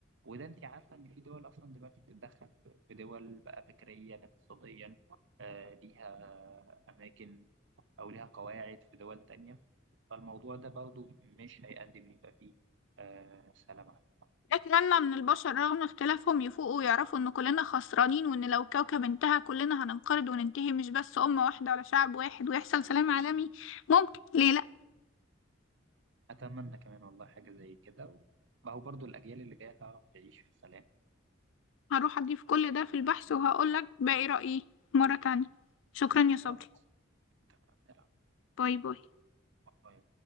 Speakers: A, on the right (about 65°); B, on the left (about 70°).
A: وده انت عارفه ان في دول اصلا دلوقتي بتتدخل في في دول بقى فكريا اقتصاديا آه، ليها اماكن او ليها قواعد في دول تانية فالموضوع ده برضو مش هيقدم إن يبقى فيه آه، سلام عام.
B: أتمنى من البشر رغم اختلافهم يفوقوا ويعرفوا إن كلنا خسرانين وإن لو كوكب انتهى كلنا هننقرض وننتهي مش بس أمة واحدة ولا شعب واحد ويحصل سلام عالمي ممكن ليه لأ
A: اتمنى كمان والله حاجة زي كده ما هو برضو الاجيال اللي جاية تعرف تعيش في سلام
B: هروح أضيف كل ده في البحث وهقولك باقي رأيي مرة تانية شكرا يا صبري
A: خلاص اتفقنا لا.
B: باي باي
A: باي.